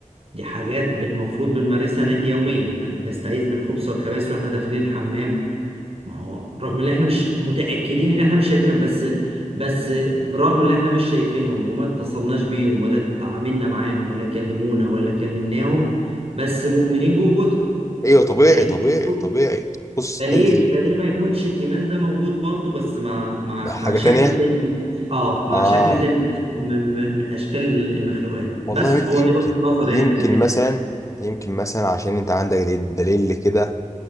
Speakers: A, on the right; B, on the left.
A: دي حاجات بن- المفروض بنمارسها ن- يوميا يعني بنستعيذ من الخبث والخبائث وإحنا داخلين الحمام ما هو رغم إن إحنا مش متأكدين إن إحنا مش شايفينهم بس بس برغم إن إحنا مش شايفينهم وما اتصلناش بيهم ولا اتعاملنا معاهم ولا كلمونا ولا كلمناهم بس مؤمنين بوجودهم
B: ايوه طبيعي
A: فليه
B: طبيعي
A: برضه
B: طبيعي بص
A: فليه
B: حته ال...
A: فليه ما يكونش الإيمان ده موجود برضه بس مع مع
B: حاجه
A: مع شكل
B: تانية
A: تاني اه مع
B: اه
A: شكل تاني من من من أشكال المخلوقات
B: والله
A: بس
B: يمكن
A: هو دي وجهة نظر
B: يمكن
A: يعني في الحتة
B: مثلا
A: دي.
B: يمكن مثلا عشان انت عندك دليل دليل كده